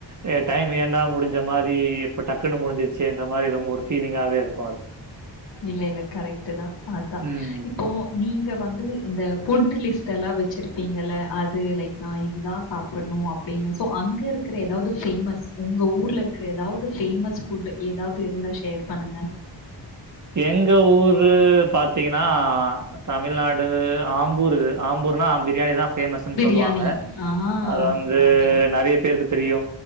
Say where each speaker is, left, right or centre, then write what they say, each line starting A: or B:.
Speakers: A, on the right; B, on the left.
A: ஏ டைம் ஏண்டா முடிஞ்ச மாரி எப்போ டக்குன்னு முடிஞ்சிச்சு என்ற மாதிரி ரொம்ப ஒரு ஃபீலிங்காகவே இருக் பால்
B: இல்ல இல்ல கரெக்ட் தா அதா
A: ம்.
B: இப் போ நீங்க வந்து இந்த ஃபுட்டு் லிஸ்ட்டு எல்லா வச்சுருப்பீங்கள அது லைக் நா இது தா சாப் பட்னு அப்டின்னு ஸோ அங்க இருக்கிற ஏதாவ்து ஃபேமஸ் உங்க ஊர்ல இருக்க ஏதாவ்து ஃபேமஸ் ஃபுட்டு ஏதாவ்து இருந்தா ஷேர் பண்ணுங்க
A: எங்க ஊரு பாத்தீங்கன்னா தமிழ்நாடு ஆம்பூரு ஆம்பூர்னா ப்ரியாணி தா ஃபேமஸ்ன்னு
B: பிரியாணி
A: சொல்லுவாங்க
B: ஆ
A: அது வந்து
B: ரைட் ரைட்
A: நெறைய பேருக்கு தெரியு